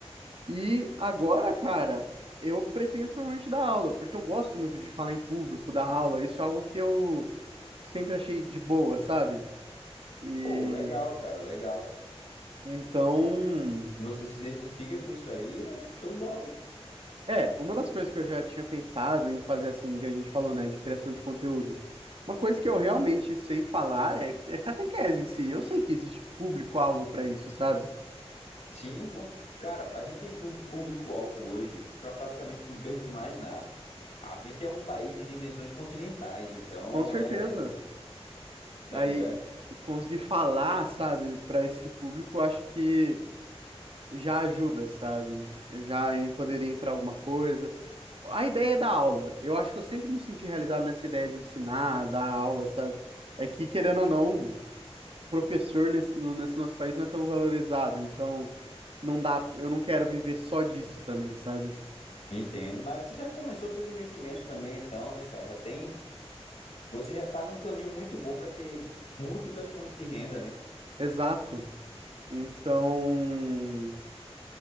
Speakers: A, on the right; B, on the left.
A: E agora, cara, eu pretendo provavelmente dar aula, porque eu gosto muito de falar em público, dar aula. Isso é algo que eu sempre achei de boa, sabe? E
B: Pô, legal, cara, legal.
A: então,
B: Você se identifica com isso aí, é show de bola.
A: é, uma das coisas que eu já tinha pensado em fazer assim, que a gente falou, né, de criação de conteúdo. Uma coisa que eu realmente sei falar é, é catequese em si. Eu sei que existe público-alvo para isso, sabe?
B: Sim, com- cara, a gente tem pu- público-alvo hoje para praticamente tudo que a gente imaginar. A gente é um país de dimensões continentais, então
A: Com certeza.
B: é, tá
A: Aí,
B: ligado?
A: conseguir falar, sabe, para esse público, eu acho que já ajuda, sabe? Já em- poderia entrar alguma coisa. A ideia da aula, eu acho que eu sempre me senti realizado nessa ideia de ensinar, dar aula, sabe? É que, querendo ou não, professor nesse, no- nesse nosso país não é tão valorizado, então não dá, eu não quero viver só disso também, sabe?
B: Entendo. Mas você já começou seus investimentos também, então, né, cara? Já tem, você já tá num caminho muito bom para ter múltiplas fontes de renda, né?
A: Exato. Então,